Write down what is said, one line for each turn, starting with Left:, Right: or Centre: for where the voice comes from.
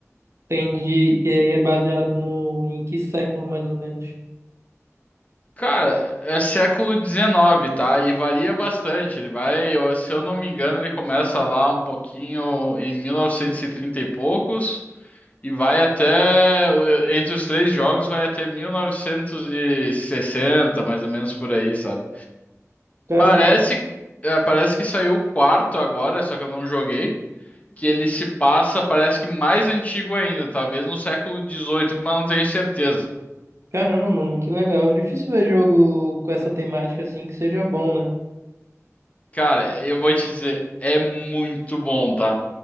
Right: Entendi. E aí é baseado no em que século mais ou menos?
Left: Cara, é século XIX, tá? E varia bastante. Ele vai, eu- se eu não me engano, ele começa lá um pouquinho em mil novecentos e trinta e poucos e vai até, entre os três jogos, vai até 1960, mais ou menos por aí, sabe?
Right: Cara,
Left: Parece, é, parece que saiu o quarto agora, só que eu não joguei, que ele se passa, parece que mais antigo ainda, talvez no século dezoito, mas não tenho certeza.
Right: caramba, mano, que legal. Difícil ver jogo com essa temática assim que seja bom, né?
Left: Cara, eu vou te dizer, é muito bom, tá?